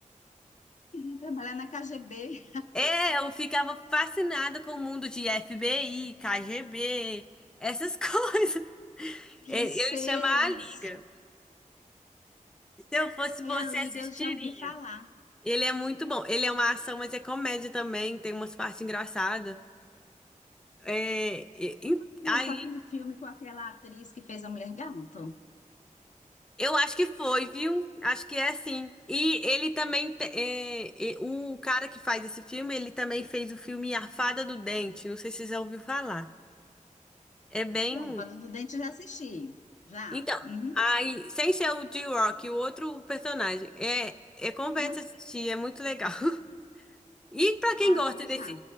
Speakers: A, on the left; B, in the centre.
A: queria trabalhar na KGB,
B: É, eu ficava fascinada com o mundo de FBI, KGB, essas <laughs> coisas.
A: MI6.
B: Ele ele chama A Liga. Se eu fosse
A: Aí
B: você,
A: a Liga
B: assistiria.
A: já ouvi falar.
B: Ele é muito bom. Ele é uma ação, mas é comédia também. Tem umas partes engraçadas. É, e- e-
A: Meu,
B: ai,
A: com aquele filme com aquela atriz que fez a Mulher Gato.
B: Eu acho que foi, viu? Acho que é sim. E ele também, te- é, é, o cara que faz esse filme, ele também fez o filme Arfada do Dente. Não sei se você já ouviu falar. É bem.
A: Já. Roda do Dente já assisti. Já.
B: Então,
A: Uhum.
B: aí, sem ser o J-Rock, o outro personagem. É, é compensa
A: Uhum.
B: assistir, é muito legal. <laughs> E pra quem
A: Ah,
B: gosta
A: pode deixar.
B: desse,